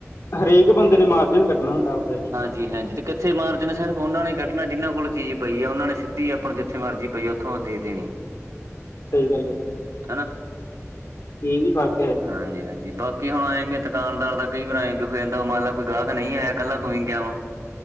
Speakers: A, on the left; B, on the right.
A: ਹਰੇਕ ਬੰਦੇ ਨੇ ਮਾਰਜਨ ਕੱਢਣਾ ਹੁੰਦਾ ਆਪਦਾਂ ਜੀ।
B: ਜੀ ਹਾਂਜੀ। ਤੇ ਕਿੱਥੇ ਮਾਰਜਨ ਸਿਰਫ ਉਹਨਾਂ ਨੇ ਕੱਢਣਾ ਜਿਹਨਾਂ ਕੋਲ ਚੀਜ਼ ਪਈ, ਆ ਉਹਨਾਂ ਨੇ ਸਿੱਧੀ ਆਪ ਨੂੰ ਜਿੱਥੇ ਮਰਜ਼ੀ ਪਈ ਆ ਉੱਥੋਂ ਦੇਣੀ।
A: ਸਹੀ ਗੱਲ ਆ ਜੀ।
B: ਹਨਾ
A: ਇਹ ਵੀ ਫਰਕ
B: ਹਾਂਜੀ ਹਾਂਜੀ ਬਹੁ ਕਿ ਹੁਣ ਐਏਂ ਵੀ ਦੁਾਨਦਾਰ ਦਾ ਕੋਈ ਵਾਰ ਏਟਰਫੇਰ ਹੋ ਜਾਂਦਾ, ਮੰਨ ਲਾ ਕੋਈ ਗਾਹਕ ਨਹੀਂ ਆਇਆ ਇਕੱਲਾ ਤੂੰ ਹੀ ਗਿਆ ਵਾ।